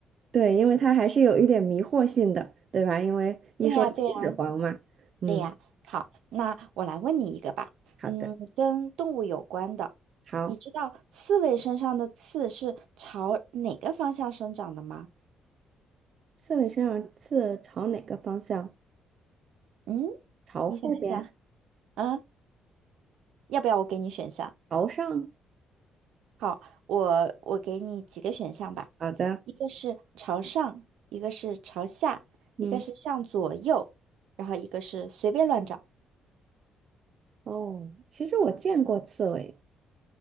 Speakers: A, on the right; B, on the right.
A: 对，因为它还是有一点迷惑性的，对吧？因为一说秦始皇嘛，
B: <laughs> 对呀，对呀。
A: 嗯，
B: 对呀，好，那我来问你一个吧，
A: 好的，
B: 嗯，跟动物有关的，
A: 好。
B: 你知道刺猬身上的刺是朝哪个方向生长的吗？
A: 刺猬身上刺朝哪个方向？
B: 嗯，
A: 朝后边，
B: 你想一想 <laughs>，啊，要不要我给你选项？
A: 朝上。
B: 好，我我给你几个选项吧，
A: 好的，
B: 一个是朝上，一个是朝下，
A: 嗯，
B: 一个是向左右，然后一个是随便乱找。
A: 哦，其实我见过刺猬，